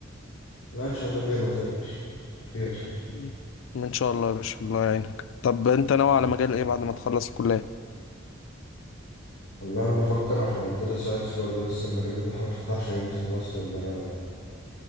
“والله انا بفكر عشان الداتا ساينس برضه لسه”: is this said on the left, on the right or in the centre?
Left